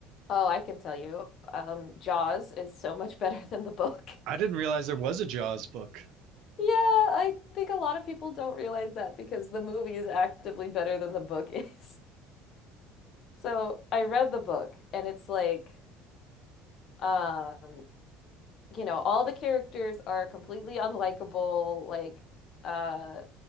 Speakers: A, on the left; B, on the right.
A: Oh, I can tell you. Um, Jaws is so much better than the book.
B: I didn't realize there was a Jaws book.
A: Yeah, I think a lot of people don't realize that because the movie is actively better than the book is. <laughs> So I read the book and it's like, um, you know, all the characters are completely unlikable. Like, uh,